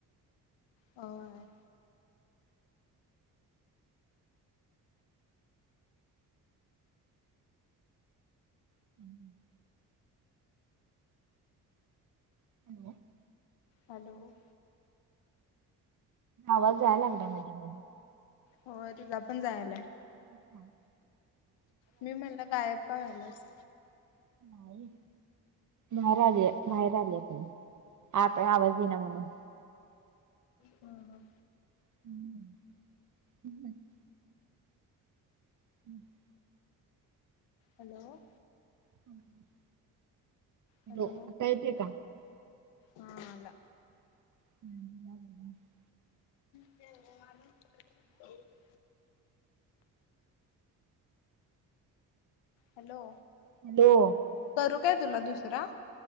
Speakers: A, on the left (about 75°); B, on the right (about 40°).
A: होय.
B: <inaudible> <inaudible>
A: हॅलो.
B: आवाज जाय लागलाय मध्ये मध्ये.
A: होय तुझा पण जायलाय.
B: हा.
A: मी म्हणलं गायब का व्हायलास.
B: नाही. बाहेर आली बाहेर आलीये तरी आता आवाज येईना म्हणून.
A: हा हा.
B: <inaudible> <inaudible>
A: हॅलो.
B: <inaudible>
A: हॅलो
B: हो आता येतोय का?
A: हा आला.
B: <inaudible>
A: <unintelligible> हॅलो.
B: हॅलो.
A: करू काय तुला दुसरा?